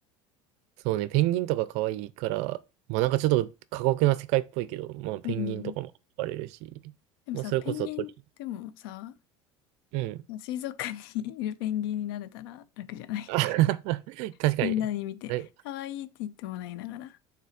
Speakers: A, on the right (about 70°); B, on the left (about 80°).
A: そうね、ペンギンとか可愛いから、まあなんかちょっと過酷な世界っぽいけど、まあペンギンとかも憧れるし、
B: うん。でもさ、
A: まあそれこそ鳥。
B: ペンギン、でもさ、
A: うん。
B: 水族館に <laughs> いるペンギンになれたら楽じゃない
A: <laughs>
B: <laughs>
A: 確かにね。
B: みんなに見て、
A: な
B: 可愛いって言ってもらいながら、